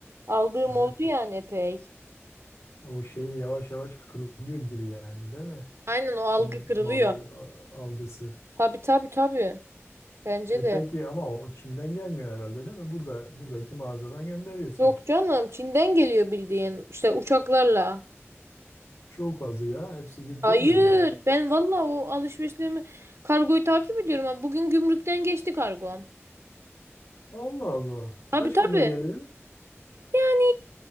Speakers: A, on the right; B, on the left.
A: Aldığım
B: Evet.
A: oldu yani epey.
B: O şeyi yavaş yavaş kırılıyor gibi yani değil mi?
A: Aynen o algı
B: Çin
A: kırılıyor.
B: malı a- algısı.
A: Tabii tabii tabii. Bence
B: E, e
A: de.
B: peki ama o Çin'den gelmiyor herhalde değil mi? Burada buradaki mağazadan gönderiyor sonuçta.
A: Yok canım Çin'den geliyor bildiğin. İşte uçaklarla.
B: Çok azı ya. Hepsi
A: Hayır
B: değil öyle ya.
A: ben valla o alışverişlerimi kargoyu takip ediyorum. ha. Bugün gümrükten geçti kargom.
B: Allah Allah.
A: Tabii
B: Kaç
A: tabii.
B: günde geliyor?
A: Yani